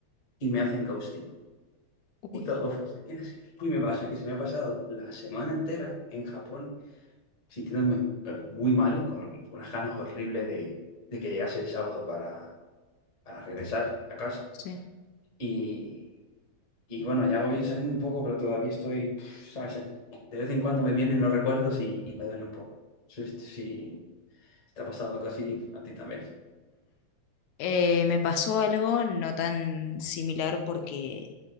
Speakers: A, on the left; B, on the left.
A: y me hacen ghosting.
B: uy,
A: Y todo fue así. es así. Y me pasa, y se me ha pasado la semana entera en Japón sintiéndome eh, muy mal, con unas ganas horribles de, de que llegase el sábado para, para regresar a casa.
B: sí.
A: Y, y bueno, ya voy saliendo un poco, pero todavía estoy, pf, ¿sabes? De vez en cuando me vienen los recuerdos y, y me duele un poco. Sí, sí, Te ha pasado algo así a ti también.
B: Eh, me pasó algo no tan similar porque